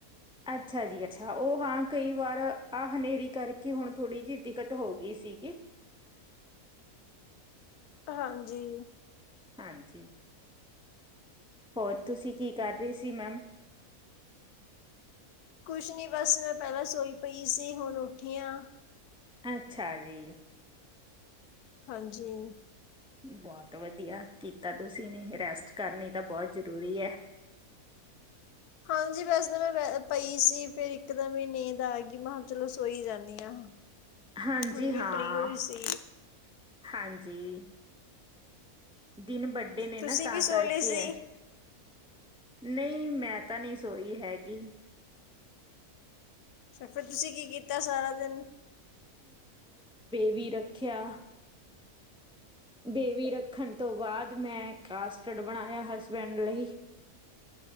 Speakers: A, in the centre; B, on the left.
A: ਅੱਛਾ ਜੀ ਅੱਛਾ ਉਹ ਹਾਂ ਕਈ ਵਾਰ ਆਹ ਹਨੇਰੀ ਕਰਕੇ ਹੁਣ ਥੋੜ੍ਹੀ ਜਿਹੀ ਦਿੱਕਤ ਹੋ ਗਈ ਸੀਗੀ।
B: ਹਾਂਜੀ
A: ਹਾਂਜੀ ਹੋਰ ਤੁਸੀਂ ਕੀ ਕਰ ਰਹੇ ਸੀ ਮੈਮ
B: ਕੁਛ ਨੀ ਬਸ ਮੈਂ ਪਹਿਲਾਂ ਸੋਈ ਪਈ ਸੀ ਹੁਣ ਉੱਠੀਆਂ
A: ਅੱਛਾ ਜੀ
B: ਹਾਂਜੀ
A: ਬਹੁਤ ਵਧੀਆ ਕੀਤਾ ਤੁਸੀਂ ਨੇ ਰੈਸਟ ਕਰਨੀ ਤਾਂ ਬਹੁਤ ਜ਼ਰੂਰੀ ਹੈ
B: ਹਾਂਜੀ ਵੈਸੇ ਤਾਂ ਮੈਂ ਪਈ ਸੀ ਫਿਰ ਇੱਕ ਦਮ ਹੀ ਨੀਂਦ ਆ ਗਈ ਮੈਂ ਕਿਹਾ ਚਲੋ ਸੋਈ ਜਾਂਦੀ ਹਾਂ
A: ਹਾਂਜੀ
B: ਹੁਣ ਵੀ
A: ਹਾਂ
B: ਫ੍ਰਰੀ ਹੋਈ ਸੀ
A: ਹਾਂਜੀ ਦਿਨ ਵੱਡੇ ਨੇ
B: ਤੁਸੀਂ
A: ਨਾ ਤਾਂ
B: ਵੀ ਸੋ
A: ਕਰਕੇ
B: ਲਏ ਸੀ
A: ਐ ਨਹੀਂ ਮੈਂ ਤਾਂ ਨਹੀਂ ਸੋਈ ਹੈਗੀ
B: ਫਿਰ ਤੁਸੀਂ ਕੀ ਕੀਤਾ ਸਾਰਾ ਦਿਨ
A: ਵੀ ਰੱਖਿਆ ਬੇਬੀ ਰੱਖਣ ਤੋਂ ਬਾਅਦ ਮੈਂ ਕਾਸਟਰਡ ਬਣਾਇਆ ਹਸਬੈਂਡ ਲਈ